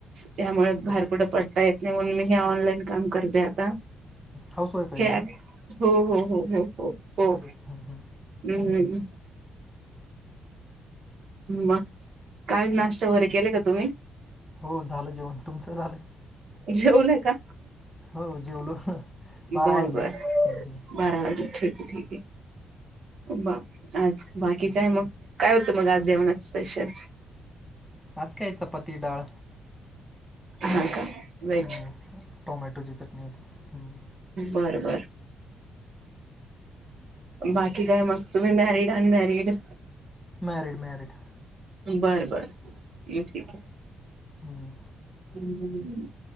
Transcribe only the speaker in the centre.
ओके.
हाऊस वाईफ आहे
का तुम्ही?
हम्म - हम्म.
हो झालं जेवण तुमचं झालं?
हो जेवलो बारा
वाजले
ना हम्म - हम्म.
आज काय चपाती डाळ.
हम्म. टोमॅटोची चटणी होती. हम्म.
Married - married.
हम्म.